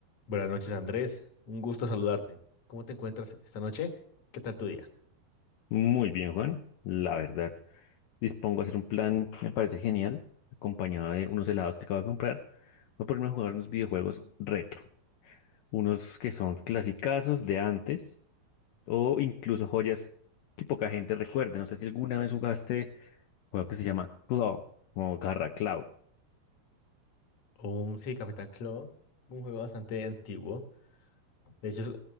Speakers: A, on the left; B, on the left.
A: Buenas noches, Andrés. Un gusto saludarte. ¿Cómo te encuentras esta noche? ¿Qué tal tu día?
B: Muy bien, Juan, la verdad. Dispongo a hacer un plan, me parece genial, acompañado de unos helados que acabo de comprar. Voy a ponerme a jugar unos videojuegos retro, unos que son clasicazos de antes o incluso joyas que poca gente recuerda. No sé si alguna vez jugaste un juego que se llama Claw o Garra Claw.
A: Um, sí, Capitán Claw, un juego bastante antiguo. De hecho, es-